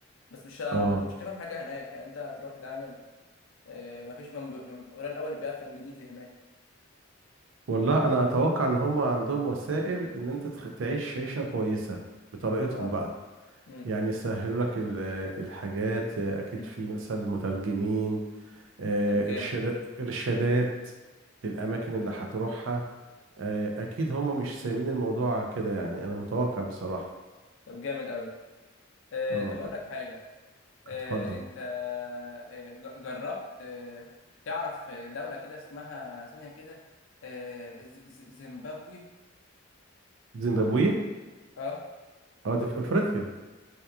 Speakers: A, on the left; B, on the right.
A: بس مش ه-
B: اه
A: ما انت مش تفهم حاجه هناك يعني انت هتروح تتعامل آه ما فيش من... ب- من... قليل الاول اللي بيعرف انجليزي هناك
B: والله انا اتوقع ان هم عندهم وسائل ان انت تخ- تعيش عيشة كويسة بطريقتهم
A: اه
B: بقى
A: امم
B: يعني يسهلوا لك ال- الحاجات اكيد
A: امم
B: في مثلا مترجمين آه،
A: طب جامد
B: ارشاد ارشادات للاماكن اللي
A: امم
B: هتروحها آه، اكيد هم مش سايبين الموضوع كده يعني انا متوقع بصراحة
A: طب جامد قوي آه
B: اه
A: طب اقول لك حاجه آه،
B: اتفضل
A: انت آه، ج- جربت آه، تعرف دولة كده اسمها ثانية كده آه، ز- ز- زيمبابوي
B: زيمبابوي
A: اه
B: اه دي في افريقيا